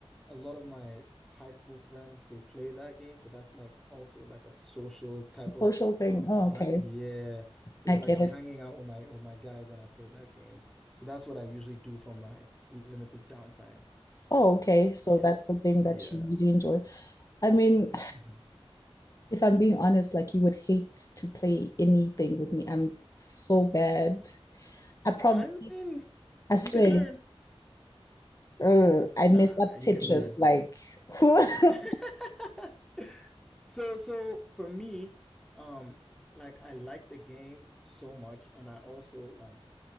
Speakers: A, in the centre; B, on the left (about 35°).
A: a lot of my high school friends they play that game, so that's like also like a social type
B: Social
A: of
B: thing.
A: uh, vi
B: Oh, okay.
A: yeah. So
B: I
A: it's
B: get
A: like I'm
B: it.
A: hanging out with my with my guys when I play that game. So that's what I usually do for my limited downtime.
B: Oh, okay. So
A: Yeah,
B: that's the thing
A: yeah.
B: that you really enjoy. I mean,
A: Mhm.
B: if I'm being honest, like you would hate to play anything with me. I'm so bad. I probably,
A: I mean,
B: I swear,
A: you can learn.
B: uh, I
A: Nah,
B: mess up
A: you
B: Tetris.
A: can learn.
B: Like who? <laughs>
A: <laughs> So, so for me, um, like I like the game so much, and I also like